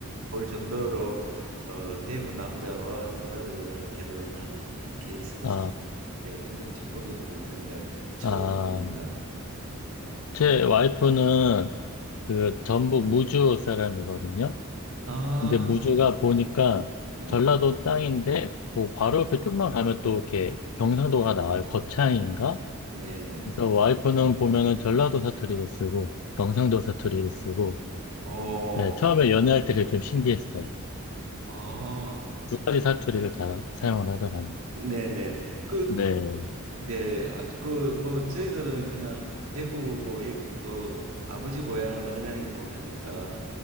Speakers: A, on the right (about 70°); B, on the left (about 70°).
A: 볼 정도로 어 대구 남자와 전라도 여자가 결혼하는 케이스를
B: 아,
A: 사- 예, 굉장히 축복해 주던 생각 추억입니다.
B: 아, 제 와이프는 그 전북 무주 사람이거든요.
A: 아,
B: 근데 무주가 보니까
A: 네,
B: 전라도 땅인데 그 바로 옆에 좀만 가면 또 이렇게 경상도가 나와요. 거창인가?
A: 네, 네.
B: 그래서 와이프는 보면은 전라도 사투리를 쓰고 경상도 사투리를 쓰고
A: 어,
B: 네, 처음에 연애할 때 그게 좀 신기했어요.
A: 아,
B: 두 가지 사투리를 다 사용을 하더라고요.
A: 네네. 그,
B: 네.
A: 네, 아, 그, 뭐, 저희들은 그냥 대구고, 이- 또 아버지 고향은 언양이고 하니까,